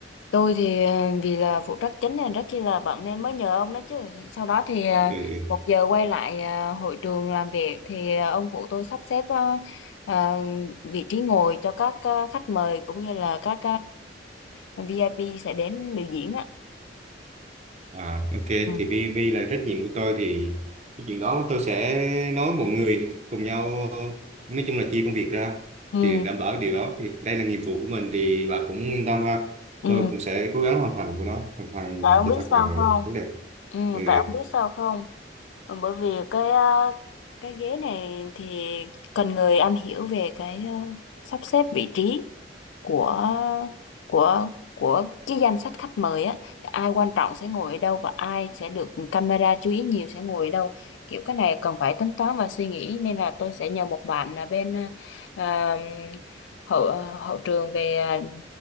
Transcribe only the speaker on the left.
Tôi thì ờ, vì là phụ trách chính nên rất chi là bận nên mới nhờ ông đó chứ. Sau đó thì ờ,
một giờ quay lại ờ, hội trường làm việc thì ờ, ông phụ tôi sắp xếp ờ, ờ, vị trí ngồi cho các ờ, khách mời cũng như là các ờ, VIP sẽ đến biểu diễn á.
Ừ.
Ừ.
Ừ.
Tại ông
biết
sao
không?
Ừ.
Tại ông biết sao không? Ờ, bởi vì cái ờ, cái ghế này thì cần người am hiểu về cái ờ, sắp xếp vị trí của của của cái danh sách khách mời á thì ai quan trọng sẽ ngồi ở đâu và ai sẽ được camera chú ý nhiều sẽ ngồi ở đâu kiểu cái này cần phải tính toán và suy nghĩ nên là tôi sẽ nhờ một bạn là bên à, hậu hậu trường về à,